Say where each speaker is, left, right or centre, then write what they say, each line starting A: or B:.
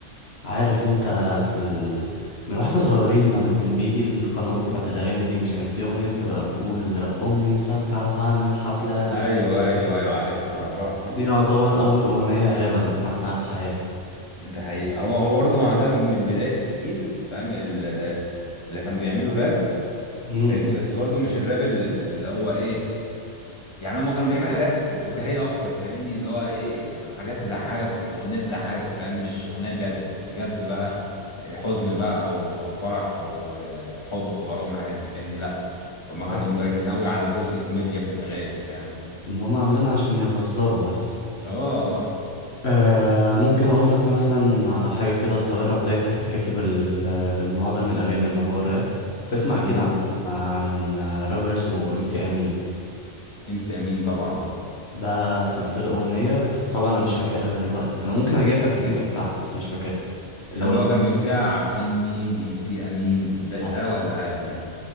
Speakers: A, on the left; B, on the left.
A: عارف انت في ال... من واحنا صغيرين لما كان بيجي القنوات بتاعت الأغاني دي مش كان في أغنية بتبقى بتقول أمي مسافرة وهعمل حفلة
B: ايوه
A: بس
B: ايوه ايوه عارفها
A: دي
B: <laughs>
A: يعتبر أول أغنية راب أنا سمعتها في حياتي
B: ده حقيقي هو هو برضه ما هو ده من بدايه الجيل فاهم ال- اللي كانوا بيعملوا راب
A: امم
B: فاهمني بس برضه مش الراب ال- اللي هو ايه يعني هم كانوا بيعملوا حاجات فكاهيه اكتر فاهمني اللي هو ايه يعني حاجات تضحكك اغنيه تضحكك فاهم مش اغنيه جد بجد بقى حزن بقى او او فرح او آه، حب غرام الحاجات دي فاهمني لا هم
A: فاهم
B: كانوا مركزين قوي على جزء الكوميديا في الاغاني فاهم
A: إن هما عاملينها عشان يهزروا بس
B: اه اه
A: آه ممكن أقول لك مثلا على حاجة كده صغيرة بداية احتكاكي بال... بالنوع ده من الأغاني اللي هو الراب تسمع
B: قول
A: أكيد عن,
B: مثلا
A: عن رابر اسمه ام سي أمين
B: ام سي امين طبعا
A: ده سمعت له أغنية بس طبعا أنا مش فاكرها دلوقتي أنا ممكن أجيب لك اللينك بتاعها بس مش فاكرها الأغنية
B: اللي هو كان بيقول فيها عارفين مين ام سي امين ده
A: لا
B: ده ولا حاجه تانية